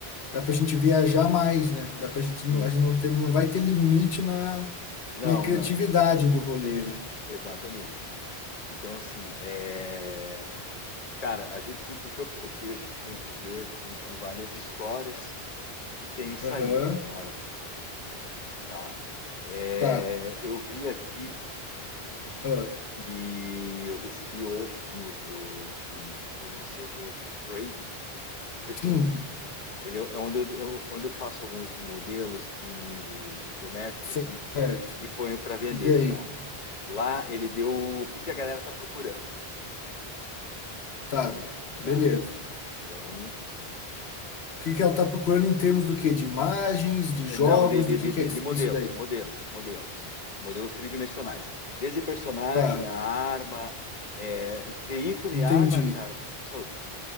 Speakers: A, on the left; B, on the left.
A: Dá pra gente viajar mais, né? Dá pra gente, não-
B: sim.
A: a gente não ter, não vai ter limite na,
B: Não,
A: na criatividade
B: não.
A: do rolê, né?
B: Exatamente. Então, assim, é, cara, a gente tem que o que, eu- o que a gente tem que ver, assim, são várias histórias que tenham saída,
A: Aham,
B: cara, tá? É,
A: tá.
B: eu vi aqui
A: Ah,
B: que eu recebi hoje aqui no do um, coisa do CG Trading. Deixa eu ver se
A: sim,
B: eu não ele é é onde eu- onde eu faço alguns modelos e geométricos
A: certo.
B: e, e ponho para vender,
A: E daí?
B: tá? Lá ele deu o que que a galera tá procurando
A: Tá,
B: normalmente,
A: beleza.
B: tá? Então,
A: O que que ela tá procurando em termos do quê? De imagens, de
B: é,
A: jogos,
B: não, de, de,
A: do que
B: de,
A: que
B: de
A: é que
B: de modelos,
A: isso daí?
B: modelos, modelos. Modelos tridimensionais. Desde personagem,
A: Tá,
B: a arma, é, veículo
A: entendi.
B: e arma, cara, são,